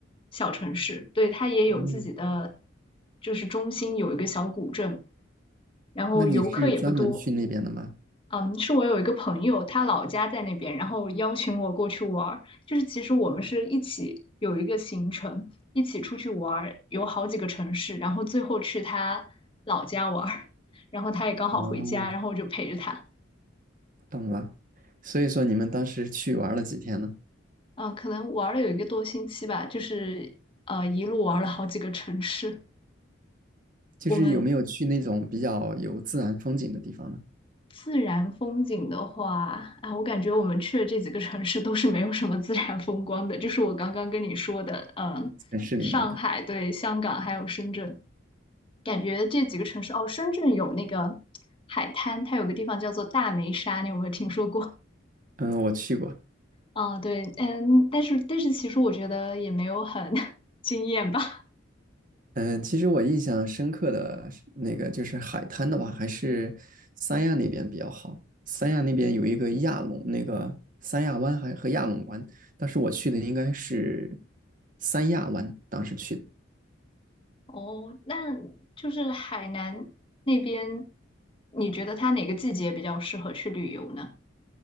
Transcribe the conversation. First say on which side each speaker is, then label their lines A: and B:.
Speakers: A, on the left; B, on the right.
A: 小城市。对，它也有自己的，
B: 嗯，
A: 就是中心有一个小古镇，然后游客也不多。
B: 那你是专门去那边的吗？
A: 嗯，是我有一个朋友，他老家在那边，然后邀请我过去玩儿。就是其实我们是一起有一个行程，一起出去玩儿，有好几个城市，然后最后去他老家玩儿，然后他也刚好回家，
B: 哦，
A: 然后我就陪着他。
B: 懂了。所以说你们当时去玩了几天呢？
A: 嗯，可能玩了有一个多星期吧，就是呃一路玩了好几个城市。
B: 就是有没有去那种比较有自然风景的地方呢？
A: 我们自然风景的话，啊，我感觉我们去的这几个城市都是没有什么自然风光的，就是我刚刚跟你说的，嗯，
B: 城市里面的。
A: 上海、对，香港还有深圳，感觉这几个城市，哦，深圳有那个海滩，它有个地方叫做大梅沙，你有没有听说过？
B: 嗯，我去过。
A: 啊，对，嗯，但是但是其实我觉得也没有很 <laughs> 惊艳吧。
B: 嗯，其实我印象深刻的是那个就是海滩的话，还是三亚那边比较好。三亚那边有一个亚龙，那个三亚湾还和亚龙湾，当时我去的应该是三亚湾，当时去的。
A: 哦，那就是海南那边，你觉得它哪个季节比较适合去旅游呢？